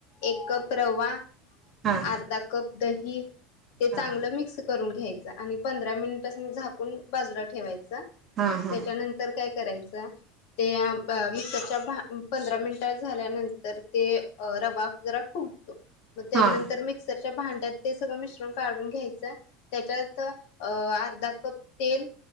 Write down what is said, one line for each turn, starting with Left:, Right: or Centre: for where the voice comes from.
Left: एक कप रवा
Right: हां
Left: अर्धा कप दही ते चांगलं
Right: हां
Left: मिक्स करून घ्यायच आणि पंधरा मिनिटस म झाकून बाजूला ठेवायच.
Right: हां हां
Left: त्याच्यानंतर काय करायचा ते अ मिक्सरच्या पंधरा मिनिट झाल्यानंतर ते रवा जरा फुगतो. मग ते
Right: हां
Left: नंतर मिक्सर च्या भांड्यात ते सगळं मिश्रण काढून घ्यायचं त्याच्यात अर्धा कप तेल